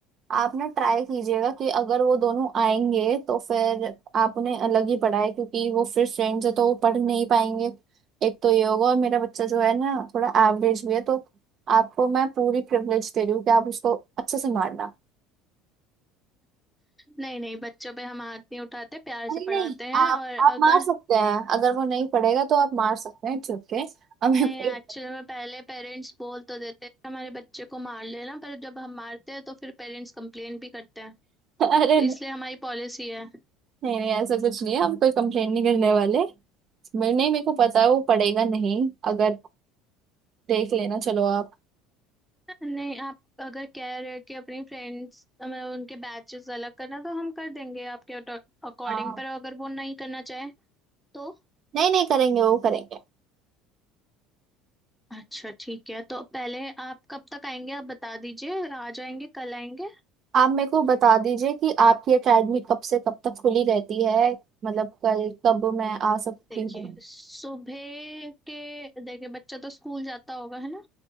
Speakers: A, on the right; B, in the centre.
A: आप ना ट्राई कीजिएगा कि अगर वो दोनों आएंगे तो फिर आप उन्हें अलग ही पढ़ाए क्योंकि वो फिर फ्रेंड्स है तो वो पढ़ नहीं पाएंगे एक तो ये होगा और मेरा बच्चा जो है ना थोड़ा एवरेज भी है तो आपको मैं पूरी प्रिविलेज दे रही हूँ कि आप उसको अच्छे से मारना
B: नहीं नहीं बच्चों पे हम हाथ नहीं उठाते प्यार से
A: नहीं
B: पढ़ाते
A: नहीं
B: हैं
A: आप
B: और
A: आप
B: अगर
A: मार सकते हैं अगर वो नहीं पढ़ेगा तो आप मार सकते हैं इट्स ओके हमें
B: नहीं
A: कोई
B: एक्चुअली में पहले पेरेंट्स बोल तो देते हैं कि हमारे बच्चे को मार लेना पर जब हम मारते हैं तो फिर पेरेंट्स कंप्लेन भी करते हैं
A: <laughs>
B: तो
A: अरे नहीं
B: इसलिए हमारी पॉलिसी है
A: नहीं नहीं, ऐसा कुछ नहीं है हम कोई कंप्लेन नहीं करने वाले मैं- नहीं मेरे को पता है वो पढ़ेगा नहीं अगर देख लेना चलो आप
B: नहीं आप अगर कह रहे हो कि अपनी फ्रेंड्स मतलब उनके बैचेस अलग करना तो हम कर देंगे आपके अकॉर्डिंग
A: हाँ
B: पर अगर वो नहीं करना चाहे तो
A: नहीं नहीं करेंगे वो करेंगे
B: अच्छा ठीक है तो पहले आप कब तक आएंगे आप बता दीजिए आ जाएंगे कल आएंगे
A: आप मेरे को बता दीजिए कि आपकी एकेडमी कब से कब तक खुली रहती है मतलब कल कब मैं आ सकती
B: देखिए
A: हूँ
B: सुबह के देखिए बच्चा तो स्कूल जाता होगा है ना